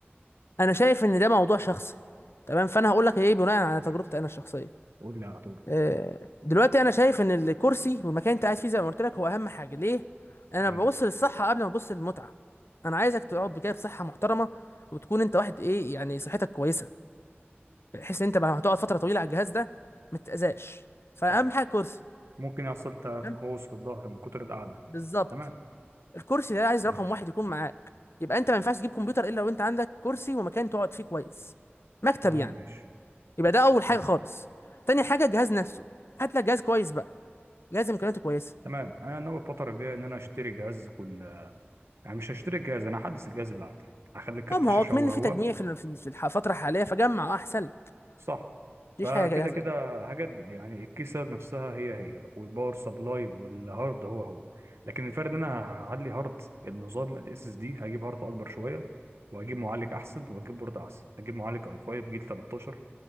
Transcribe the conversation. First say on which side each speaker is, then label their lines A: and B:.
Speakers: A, on the left (about 70°); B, on the right (about 80°).
A: انا شايف ان ده موضوع شخصي تمام فانا هقول لك ايه بناء على
B: تمام
A: تجربتي انا الشخصيه
B: قول لي هتقول
A: آه، دلوقتي انا شايف ان الكرسي والمكان اللي انت قاعد فيه زي ما قلت لك هو اهم حاجه ليه انا
B: تمام
A: ببص للصحه قبل ما ابص للمتعه انا عايزك تقعد بكده بصحه محترمه وتكون انت واحد ايه يعني صحتك كويسه بحيث ان انت لما هتقعد فتره طويله على الجهاز ده ما تتاذاش فاهم
B: صح
A: حاجه كرسي
B: ممكن يحصل تقوس
A: تمام
B: في الظهر من كتر القعدة
A: بالظبط
B: تمام
A: الكرسي ده عايز
B: ماشي
A: رقم واحد يكون معاك يبقى انت ما ينفعش تجيب كمبيوتر الا لو انت عندك كرسي ومكان تقعد فيه كويس مكتب
B: تمام
A: يعني
B: ماشي
A: يبقى ده اول حاجه
B: حلو
A: خالص تاني حاجه الجهاز نفسه هات لك جهاز كويس بقى جهاز امكانياته كويسه
B: تمام انا ناوي الفترة الجاية ان انا اشتري جهاز كل يعني مش هشتري الجهاز انا هحدث الجهاز اللي عندي هخلي كارت
A: اه ما
B: الشاشة
A: هو كمان
B: هو
A: في
B: هو
A: تجميع في ال- في ال- في الح- الفترة الحالية فجمع اه احسن لك
B: صح
A: مفيش
B: فكده
A: حاجة جاهزة
B: كده
A: يعني
B: هجدد يعني الكيسة نفسها هي هي والباور سبلاي والهارد هو هو لكن الفرق ان انا هعلي هارد النظام الاس اس دي هجيب هارد اكبر شوية وهجيب معالج احسن وهجيب بورد احسن هجيب معالج اي 5 جيل 13